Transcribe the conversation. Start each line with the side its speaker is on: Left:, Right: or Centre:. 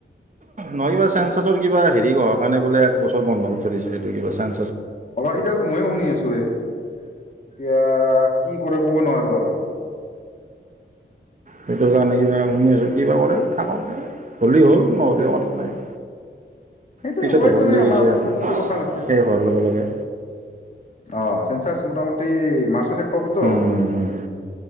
Right: নহ কিবা চেঞ্চাছৰ কা হেৰি অহাৰ কাৰণে বোলে এক বছৰ বন্ধত ধৰিছে স এইটো কিবা চেন
Left: অহ সিতাতো ময়ো শুনি আছো ৰে এতিয়া কি কৰে ক'ব নোৱাৰো আৰু
Right: সেইটোৰ কাৰণে কিবা শুনি আছোঁ কিবা কৰে থাকক দে হ'লেই হ'ল নহ'লে কথা নাই।
Left: সেইটো
Right: পিছত
Left: সবাইতো
Right: হ'ব বুলি
Left: নাই
Right: কৈছে
Left: আমাৰ হাতত
Right: আৰু
Left: থাকো কথা নাছিল।
Right: শেষ হোৱাৰ লগে লগে
Left: অ চেঞ্চাছ মোটামতি ই মাচতে <unintelligible> পাবতো
Right: উম, উম, উম,